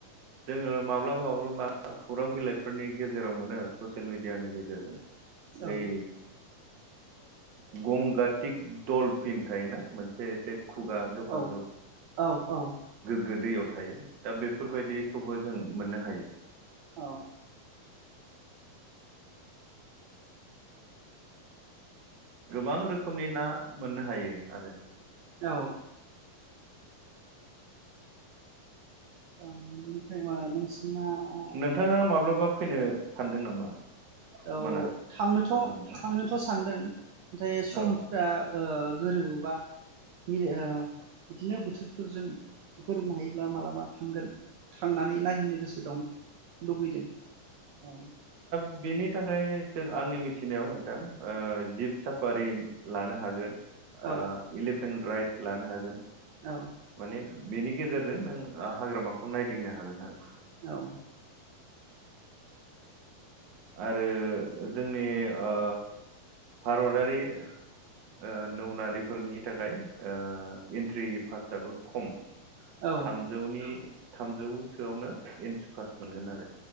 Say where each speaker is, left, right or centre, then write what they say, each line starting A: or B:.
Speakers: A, on the right (about 50°); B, on the right (about 80°).
A: जोङो माब्लाबा माब्लाबा खौरां बिलाइफोरनि गेजेराव मोनो ससियेल मिडियानि गेजेरजों
B: औ
A: ओइ
B: औ
A: गंगा थिग दल फिन थायोना मोनसे एसे खुगा गोफार
B: औ-औ
A: गोदैयाव थायो दा बेफोरबायदिखौबो जों मोननो हायो
B: औ
A: गोबां रोखोमनि ना मोननो हायो आरो
B: औ <unintelligible> <unintelligible> नोंसोरना अ
A: नोंथाङा माब्लाबा फैनो सानदों नामा
B: औ
A: मानास
B: थांनोथ
A: हाग्रामायाव
B: थांनोथ सानदों नाथाय समफोरा
A: औ
B: ओ गोरोबोबा मिला बिदिनो बोथोरफोरजों गोरोबनो हायो ला मालाबा थांगोन थांनानै नाय नायनो गोसो दं लुबैदों औ
A: बिनि थाखाय जों आंनि मिथिनायाव नोंथां ओ जिब साफारि लानो हागोन
B: औ
A: ओ इलिप पेन राइट लानो हागोन
B: औ
A: माने बेनि गेजेरजों नों हाग्रामाखौ नायदिंनो हागोन आरो
B: औ
A: आरो जोंनि ओ भारतारि ओ नौनारिफोरनि थाखाय एन्ट्रि पासआबो खम
B: औ
A: थामजौनि औ थामजौसोआवनो एन्ट्रि पास मोनगोन आरो